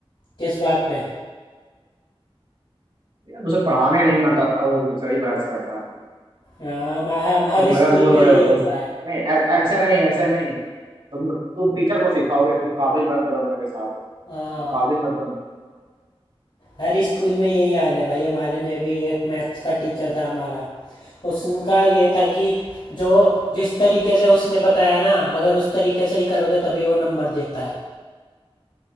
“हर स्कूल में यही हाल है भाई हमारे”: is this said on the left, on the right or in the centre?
Left